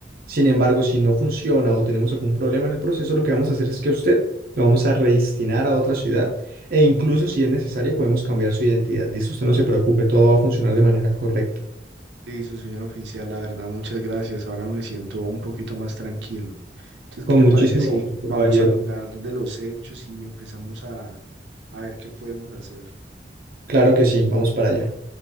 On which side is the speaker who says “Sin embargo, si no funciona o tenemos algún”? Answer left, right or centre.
Right